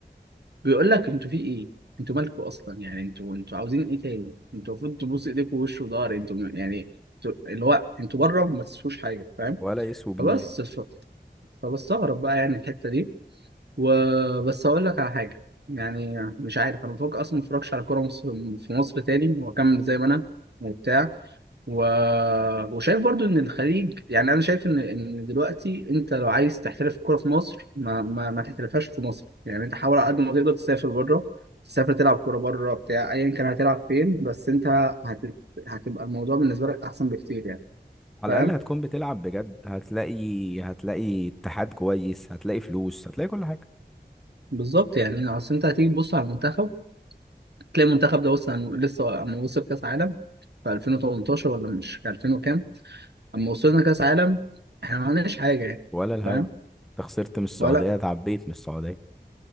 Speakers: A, on the right (about 75°); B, in the centre.
A: بيقول لك انتوا في ايه انتوا مالكوا اصلا يعني انتوا انتوا عاوزين ايه تاني انتوا المفروض تبوس ايديكوا ووش وضهر انتوا م- يعني انتوا- اللي هو انتوا بره ما تسووش حاجه فاهم
B: ولا يسوى جنيه
A: فبس ف... فبستغرب بقى يعني الحته دي وبس اقول لك على حاجه يعني مش عارف انا بفكر اصلا ما اتفرجش على كوره مصر في مصر تاني واكمل زي ما انا وبتاع و... وشايف برضو ان الخليج يعني انا شايف ان ان دلوقتي انت لو عايز تحترف الكوره في مصر ما ما, ما تحترفهاش في مصر يعني انت حاول على قد ما تقدر تسافر بره تسافر تلعب كوره بره بتاع ايا كان هتلعب فين بس انت هت... هتبقى الموضوع بالنسبه لك احسن بكتير يعني
B: على
A: فاهم
B: الاقل هتكون بتلعب بجد هتلاقي هتلاقي اتحاد كويس هتلاقي فلوس هتلاقي كل حاجه
A: بالظبط يعني اصل انت هتيجي تبص على المنتخب تلاقي المنتخب ده وصل لسه اما وصل كاس عالم في 2018 ولا مش 2000 وكام اما وصلنا كاس عالم احنا ما عملناش حاجه يعني
B: ولا الهوا
A: فاهم
B: انت خسرت من السعوديه
A: ولا
B: اتعبيت من السعوديه